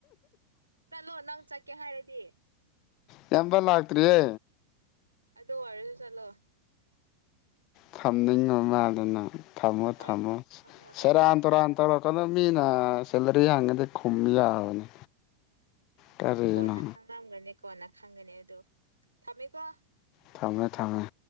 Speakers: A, on the right; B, on the left.
A: ꯆꯠꯂꯣ ꯅꯪ ꯆꯠꯀꯦ ꯍꯥꯏꯔꯗꯤ
B: ꯏꯌꯥꯝꯕ ꯂꯥꯛꯇ꯭ꯔꯤꯌꯦ
A: ꯑꯗꯣ ꯋꯥꯔꯁꯨ ꯆꯂꯣ
B: ꯊꯝꯅꯤꯡ ꯃ ꯃꯥꯜꯗꯅ ꯊꯝꯃꯣ
A: ꯍꯣꯏ
B: ꯊꯃꯣ
A: ꯍꯣꯏ ꯍꯣꯏ
B: ꯁꯦꯔ
A: ꯍꯣꯏ ꯍꯣꯏ
B: ꯑꯟꯔ ꯑꯟꯇꯔ ꯏꯀꯣꯅꯣꯃꯤꯅ ꯁꯦꯂꯔꯤ ꯍꯥꯡꯉꯗꯤ ꯈꯨꯝ ꯌꯥꯕꯅꯤ ꯀꯔꯤꯅꯣ
A: ꯀꯣꯟꯅ ꯈꯪꯝꯒꯅꯤ ꯀꯣꯟꯅ ꯈꯪꯒꯅꯦ ꯑꯗꯨꯗꯣ ꯊꯝꯃꯦꯀꯣ
B: ꯊꯝꯃꯦ ꯊꯝꯃꯦ